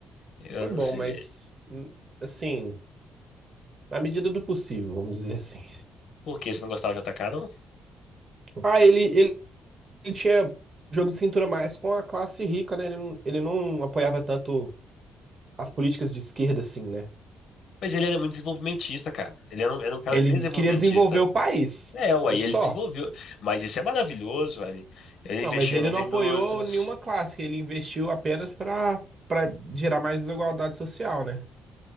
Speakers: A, on the left; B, on the right.
A: Eu
B: foi
A: não
B: bom,
A: sei...
B: mas hum, assim, na medida do possível, vamos dizer assim.
A: Por quê? Você não gostava do JK, não?
B: Ah, ele, ele, ele tinha jogo de cintura mais com a classe rica, né? Ele, não- ele não apoiava tanto as políticas de esquerda, assim, né?
A: Mas ele era muito desenvolvimentista, cara. Ele era um, era um cara
B: Ele
A: desenvolvimentista.
B: des- queria desenvolver o país,
A: É, aí
B: mas
A: ele
B: só.
A: desenvolveu. Mas isso é maravilhoso, ali. Ele
B: Não,
A: investiu
B: mas ele
A: nas
B: não
A: indústrias.
B: apoiou nenhuma classe, ele investiu apenas para para gerar mais desigualdade social, né?